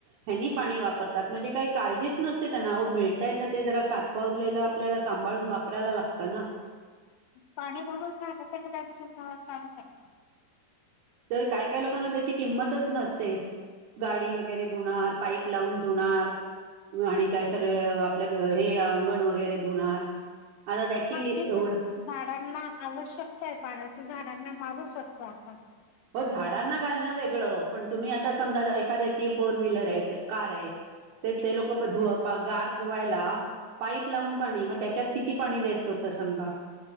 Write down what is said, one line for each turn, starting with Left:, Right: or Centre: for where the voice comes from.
Right: ह्यांनी पाणी वापरतात, म्हणजे काही काळजीच नसते त्यांना मिळ ते जरा साठववलेलं आपल्याला सांभाळून वापरायला लागतं ना.
Left: पाणी भरून झाल तरी, त्यांचे नळ चालूचं असतात.
Right: तर काय काय लोकांना त्याची किंमतच नसते. गाडी वगैरे धुणार पाईप लावून धुणार आणि काय सगळ आपल्या हे अंगण वगैरे धुणार. आता त्याची
Left: हा ठीक
Right: एवढं
Left: आहे झाडांना आवश्यकता आहे पाण्याची झाडांना मारू शकतो आपण.
Right: हो झाडांना घालणं वेगळं, पण तुम्ही आता समजा एखाद्याची फोर व्हीलर आहे कार आहे तेथले लोक धु गार धुवायला पाईप लावून पाणी मग त्याच्यात किती पाणी वेस्ट होत सांगा.